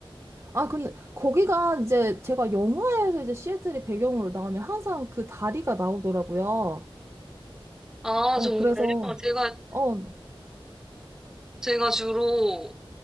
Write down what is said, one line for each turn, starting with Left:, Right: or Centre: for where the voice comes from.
Right: 아 근데 거기가 이제 제가 영화에서 이제 시애틀이 배경으로 나오면 항상 그 다리가 나오더라고요.
Centre: 아,
Right: 어
Centre: 정말요?
Right: 그래서
Centre: 제가,
Right: 어
Centre: 제가 주로